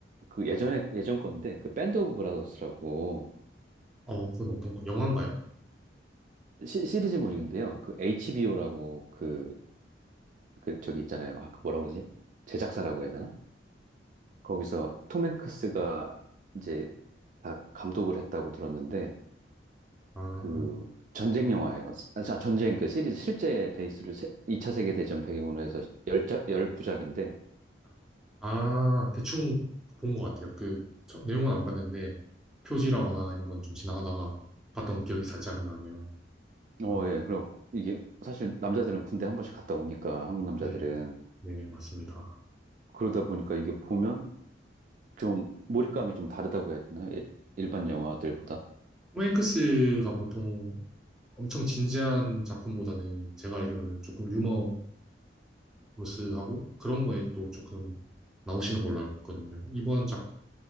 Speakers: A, on the right; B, in the centre.
A: 그 예전에, 예전 건데, 그 밴드 오브 브라더스라고
B: 어, 그건 어떤 거, 영화인가요?
A: 시, 시리즈물인데요. 그 HBO라고 그, 그 저기 있잖아요. 아, 그 뭐라고 그러지? 제작사라고 해야 되나? 거기서 톰 행크스가 이제 다 감독을 했다고 들었는데
B: 아,
A: 그 전쟁 영화예요. 아, 자, 전쟁 그 시리즈 실제 베이스를 세, 2차 세계 대전 배경으로 해서 열자 열부작인데
B: 아, 아, 대충 본 것 같아요. 그, 저, 내용은 안 봤는데, 표지라거나 이런 건 좀 지나가다가 봤던 기억이 살짝 나네요.
A: 어,
B: 아,
A: 예. 그럼 이게 사실 남자들은 군대 한 번씩 갔다 오니까 한국 남자들은
B: 네, 네, 맞습니다.
A: 그러다 보니까 이게 보면 좀 몰입감이 좀 다르다고 해야 되나요? 예, 일반 영화들보다.
B: 톰 행크스가 보통 엄청 진지한 작품보다는 제가 알기로는 조금 유머러스하고 그런 거에 또 조금 나오시는 걸로 알고 있거든요. 이번 작,